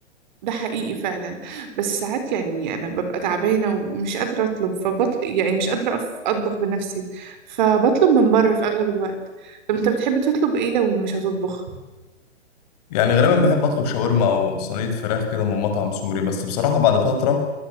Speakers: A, on the right; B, on the left.
A: ده حقيقي فعلا بس ساعات يعني انا ببقى تعبانه ومش قادره اطلب فبطل يعني مش قادره أف- اطبخ بنفسي فبطلب من بره في اغلب الوقت طب انت بتحب تطلب ايه لو مش هتطبخ
B: يعني غالبا بحب أطلب شاورما أو صينية فراخ كده من مطعم سوري بس بصراحة بعد فترة